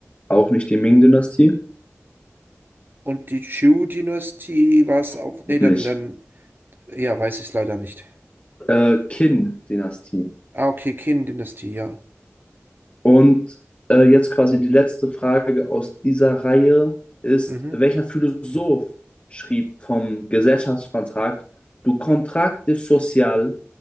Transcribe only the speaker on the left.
Auch nicht die Ming-Dynastie.
Auch
nicht.
Äh, Qin-Dynastie.
Und äh, jetzt quasi die letzte Frage aus dieser Reihe ist,
welcher Philosoph schrieb vom Gesellschaftsvertrag Du Contrat Social